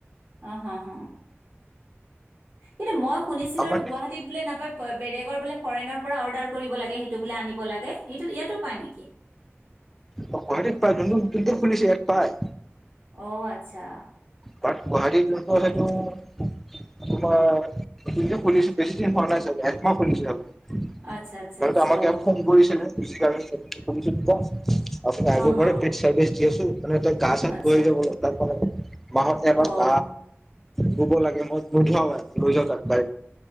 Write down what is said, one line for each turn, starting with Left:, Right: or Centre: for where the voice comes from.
Right: অ', হ হ কিন্তু মই শুনিছিলো
Centre: আমাৰ
Right: আৰু গুৱাহাটীত বোলে নাপায় বেলেগৰ বোলে ফৰেনৰ পৰা অৰ্ডাৰ কৰিব লাগে সেইটো বোলে আনিব লাগে ই ইয়াতো পায় নেকি
Centre: গুৱাহাটীত পায় যোনটো নতুনকে খুলিছে ইয়াত পায়
Right: অ আচ্ছা
Centre: বাট গুৱাহাটীত তোমালোকৰ সেইটো তোমাৰ যোনটো খুলিছে বেছি দিন হোৱা নাই চাগে একমাহ খুলিছে <unintelligible>
Right: আচ্ছা আচ্ছা আচ্ছা
Centre: আমাক
Right: অ',
Centre: ই ফোন কৰিছিলে <unintelligible> আপু আগিব
Right: হ হ
Centre: প
Right: হ
Centre: পি চৰ্ভিছ দিিয় আছো মানে এ তই গা
Right: আচ্ছা
Centre: <unintelligible> মত এব
Right: অ',
Centre: ত শুব লাগে মই নোধোৱা লৈ যাওঁ তাকাই